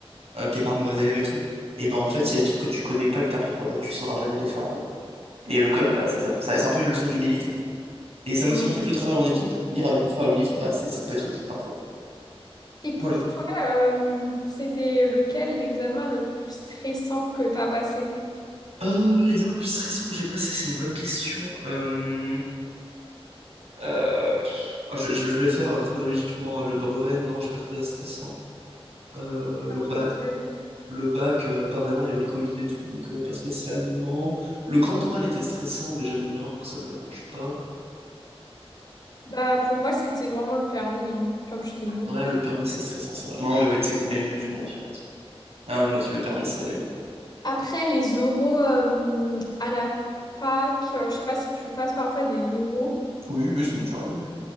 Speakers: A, on the right (about 85°); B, on the left (about 40°).
A: euh, t'es pas un mauvais élève et tout, et ben en fait, s'il y a des trucs que tu connais pas et que t'apprends pas, bah tu sauras jamais les faire en fait. Et le code, bah c'est ça. Ça- C'est un peu une leçon d'humilité. Et ça
B: Mm.
A: m'a aussi montré que le travail en équipe, lire avec mon frère le livre, bah c'est, ça peut être utile parfois.
B: Et
A: Voilà.
B: pour toi, euh, c'était lequel l'examen le plus stressant que t'as passé?
A: Euh, l'examen le plus stressant que j'ai passé, c'est une bonne question. Euh, Euh, pff, ah, je, je- vais faire euh, chronologiquement euh, le brevet. Non, j'ai pas trouvé ça stressant. Euh, le bac,
B: Non plus.
A: le bac, euh, pas vraiment. Il y avait le Covid et tout, donc euh, pas spécialement. Le grand oral était stressant, mais j'aime bien, donc ça me dérange pas.
B: Bah, pour moi, c'était vraiment le permis, hein, comme je t'ai dit.
A: Ouais, le permis c'est stressant, c'est vrai. Non, mais ouais, tu sais quoi, mais, mais je- m'en aussi en fait. Ah, moi aussi le permis c'est.
B: Après, les oraux euh, à la fac, euh, je sais pas si tu passes parfois des oraux,
A: Oui, oui, ça m'est déjà arrivé.